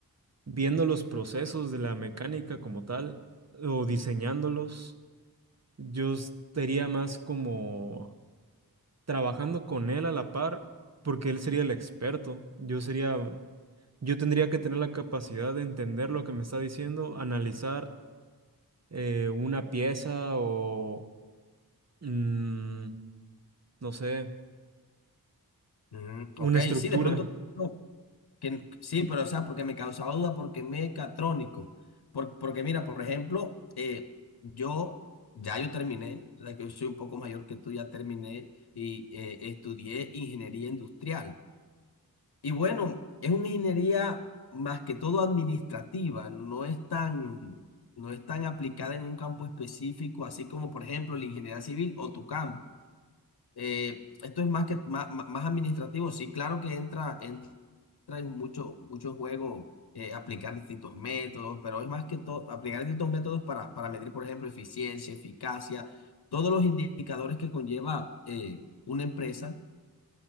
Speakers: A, on the right (about 45°); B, on the left (about 85°).
A: viendo los procesos de la mecánica como tal o diseñándolos. Yo estaría más como trabajando con él a la par porque él sería el experto. Yo sería Yo tendría que tener la capacidad de entender lo que me está diciendo, analizar eh, una pieza o, mm, no sé,
B: Ujú,
A: una
B: Ok,
A: estructura.
B: sí, de pronto. no, Que, sí, pero o sea, porque me causaba duda, porque mecatrónico. Por- porque mira, por ejemplo, eh, yo ya yo terminé, o sea, que yo soy un poco mayor que tú, ya terminé y eh, estudié ingeniería industrial. Y bueno, es una ingeniería más que todo administrativa, no es tan, no es tan aplicada en un campo específico, así como por ejemplo la ingeniería civil o tu campo. Eh, esto es más que más, más administrativo, sí, claro que entra, entra en mucho, mucho juego eh, aplicar distintos métodos, pero es más que todo aplicar distintos métodos para, para medir, por ejemplo, eficiencia, eficacia, todos los indicadores que conlleva eh, una empresa